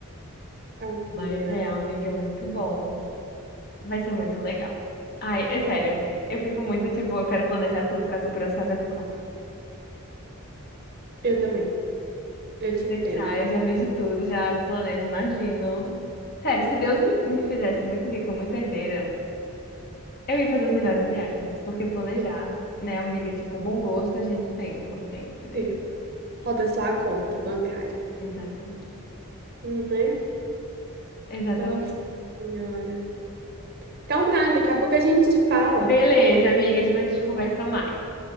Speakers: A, on the right; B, on the left.
A: Ai,
B: Mas é,
A: ai.
B: amiga, é muito bom. Vai ser muito legal. Ai, é sério, eu fico muito, tipo, eu quero planejar tudo, ficar super ansiosa, eu fico,
A: Eu também. Eu te
B: deixar,
A: entendo.
B: eu já vejo tudo, já planejo, imagino. Sério, se Deus me, me fizesse muito rica, muito herdeira. Eu ia fazer as melhores viagens, porque planejar,
A: Eu-
B: né, amiga? Tipo, bom gosto a gente tem, só não tem ideia.
A: Sim. Falta só a conta bancária,
B: Exatamente.
A: né?
B: Exatamente.
A: Nossa Senhora. Então tá, daqui a pouco a gente fala.
B: Beleza, amiga, depois a gente conversa mais.